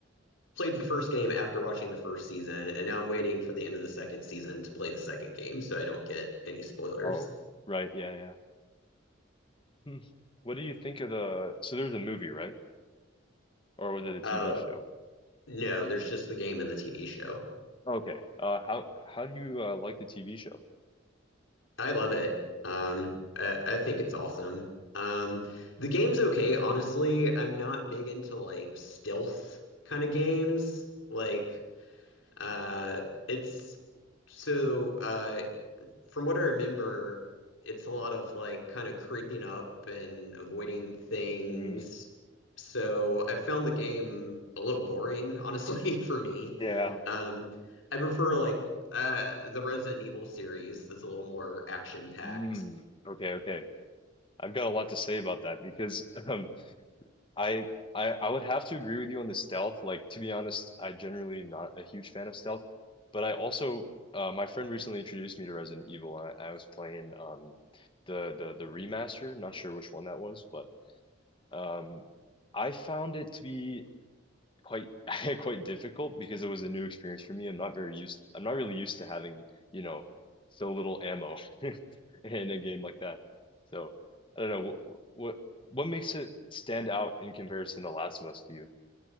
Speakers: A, on the left; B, on the left.
A: played the first game after watching the first season, and now I'm waiting for the end of the second season to play the second game, so I don't get any spoilers.
B: Oh, right, yeah, yeah. Hmm. What do you think of the, so there's a movie, right? Or was it a TV
A: Uh,
B: show?
A: no, there's just the game and the TV show.
B: Okay. Uh, how how do you uh, like the TV show?
A: I love it. Um, I, I think it's awesome. Um, the game's okay, honestly. I'm not big into like stealth kind of games. Like, uh, it's. So, uh, from what I remember, it's a lot of like kind of creeping up and avoiding things.
B: Hmm.
A: So I found the game a little boring, honestly, <laughs> for me.
B: Yeah.
A: Um, I prefer like uh, the Resident Evil series that's a little more action packed.
B: Hmm. Okay, okay. I've got a lot to say about that because <laughs> um, I I I would have to agree with you on the stealth. Like to be honest, I generally am not a huge fan of stealth, but I also uh, my friend recently introduced me to Resident Evil, and I, I was playing um the the the remaster. Not sure which one that was, but um I found it to be quite <laughs> quite difficult because it was a new experience for me. I'm not very used, I'm not really used to having, you know, so little ammo <laughs> in a game like that. So I don't know what what makes it stand out in comparison to Last of Us to you?